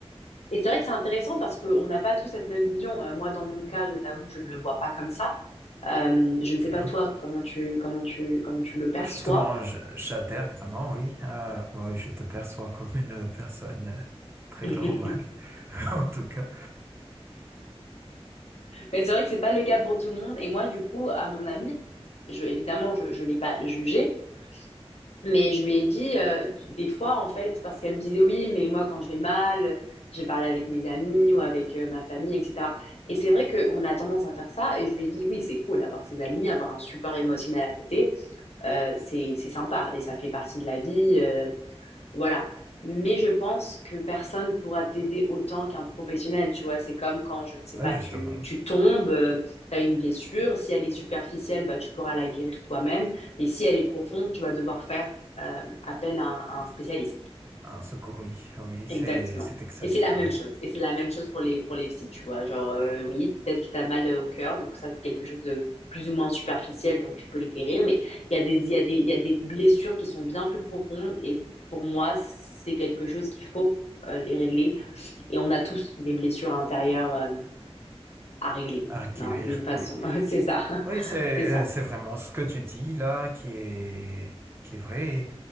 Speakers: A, on the left; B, on the right.
A: Et c'est vrai que c'est intéressant parce qu'on n'a pas tous cette même vision. Euh, moi, dans mon cas, je t'avoue que je ne le vois pas comme ça. Euh, je ne sais
B: Mhm.
A: pas toi comment tu comment tu comment tu le perçois.
B: Oui, justement, je- j'adhère vraiment, oui. Euh, ouais, je te perçois comme une personne euh, très
A: <laughs>
B: normale, <laughs> en tout cas.
A: Mais c'est vrai que c'est pas le cas pour tout le monde. Et moi, du coup, à mon ami, je évidemment, je je l'ai pas jugé, Mais je lui ai dit euh, des fois, en fait, parce qu'elle me disait oui, mais moi, quand je vais mal, j'ai parlé avec mes amis ou avec euh, ma famille, etc. Et c'est vrai qu'on a tendance à faire ça. Et je lui ai dit oui, c'est cool, avoir ses amis, avoir un support émotionnel à côté, euh, c'est c'est sympa et ça fait partie de la vie. euh, voilà. Mais je pense que personne pourra t'aider autant qu'un professionnel, tu vois. C'est comme quand, je ne sais
B: Oui,
A: pas,
B: justement.
A: tu, tu tombes, euh, t'as une blessure. Si elle est superficielle, bah, tu pourras la guérir toi-même. Mais si elle est profonde, tu vas devoir faire euh, appel à un à un spécialiste.
B: Un secours, oui, ah oui,
A: Exactement.
B: c'est c'est exact.
A: Et c'est la
B: ah
A: même
B: Oui.
A: chose. Et c'est la même chose pour les, pour les psys, tu vois. Genre, euh, oui, peut-être que tu as mal euh, au cœur, donc ça, c'est quelque chose de plus ou moins superficiel, donc tu peux le guérir. Mais il y a des, il y a des, il y a des blessures qui sont bien plus profondes. Et pour moi, c'est quelque chose qu'il faut euh, les régler. Et on a tous des blessures intérieures euh, à régler,
B: À requérir,
A: hein, d'une façon.
B: oui.
A: <laughs> C'est ça. <laughs>
B: Oui, c'est
A: C'est ça.
B: euh, c'est vraiment ce que tu dis là qui est qui est vrai.